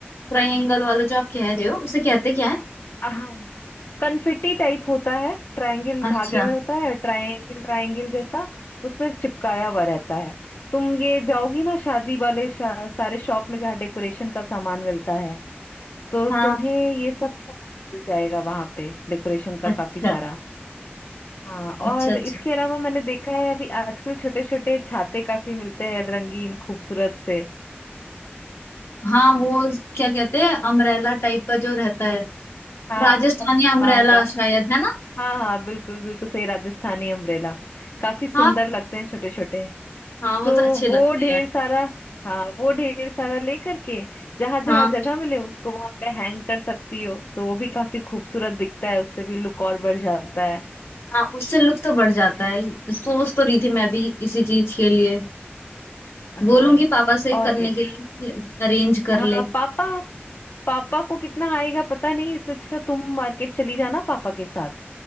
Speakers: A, on the left; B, on the left.
A: ट्राइंगल वाला जो आप कह रहे हो उसे कहते क्या है
B: हाँ कन्फिटी टाइप होता है ट्रायंगल
A: अच्छा
B: धागे में होता है ट्रायंगल ट्रायंगल जैसा उसमें चिपकाया हुआ रहता है तुम ये जाओगी ना शादी वाले शा, सारे शॉप में जहाँ डेकोरेशन का सामान मिलता है तो
A: हाँ
B: तुम्हें ये सब सामान मिल जाएगा वहां पे डेकोरेशन का
A: अच्छा
B: काफी सारा हाँ
A: अच्छा
B: और
A: अच्छा
B: इसके अलावा मैंने देखा है अभी आजकल छोटे छोटे छाते काफी मिलते हैं रंगीन खूबसूरत से
A: हाँ वो क्या कहते हैं अमरेला टाइप का जो रहता है
B: हाँ
A: राजस्थानी अम्ब्रेला
B: हाँ
A: शायद है ना
B: हाँ हाँ बिल्कुल बिल्कुल सही राजस्थानी अम्ब्रेला काफी सुंदर
A: हाँ
B: लगते हैं छोटे छोटे
A: हाँ वो
B: तो
A: तो अच्छे
B: वो
A: लगते
B: ढेर
A: हैं
B: सारा हाँ वो ढेर सारा लेकर के जहां जहां
A: हाँ
B: जगह मिले उसको वहां पे हैंग कर सकती हो तो वो भी काफी खूबसूरत दिखता है उससे भी लुक और बढ़ जाता है
A: हाँ उससे लुक तो बढ़ जाता है सोच तो रही थी मैं भी इसी चीज के लिए
B: हाँ
A: बोलूंगी पापा से
B: और
A: करने
B: इ-
A: के लिए अरेंज कर
B: हाँ
A: ले
B: पापा पापा को कितना आएगा पता नहीं इससे अच्छा तुम मार्केट चली जाना पापा के साथ